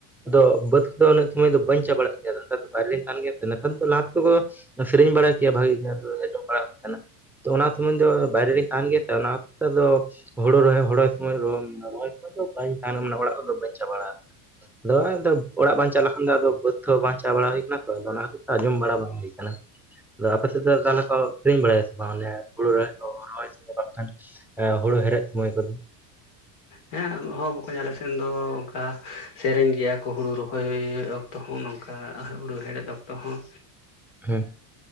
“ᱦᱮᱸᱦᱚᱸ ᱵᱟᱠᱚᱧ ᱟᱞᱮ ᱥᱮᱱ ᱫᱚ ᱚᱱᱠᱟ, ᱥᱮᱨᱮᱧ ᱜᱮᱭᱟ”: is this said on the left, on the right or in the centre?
Left